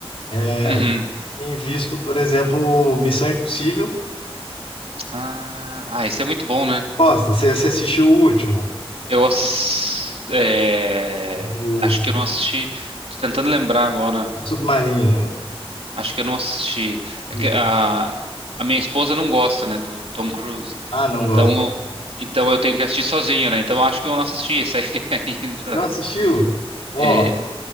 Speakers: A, on the left; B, on the right.
A: É,
B: Uhum.
A: Tem visto, por exemplo, Missão Impossível.
B: Ah, ah, isso é muito bom, né?
A: Gosta? Você você assistiu o último,
B: Eu ass- é,
A: do
B: acho
A: Sub-
B: que eu não assisti. Tô tentando lembrar agora.
A: Submarino?
B: Acho que eu não assisti. É
A: Uhum.
B: que a, a minha esposa não gosta, né, do Tom Cruise.
A: Ah, não
B: Então,
A: gosta.
B: então eu tenho que assistir sozinho, né? Então acho que eu não assisti esse aí <laughs> ainda.
A: Não assistiu? Ó,
B: É,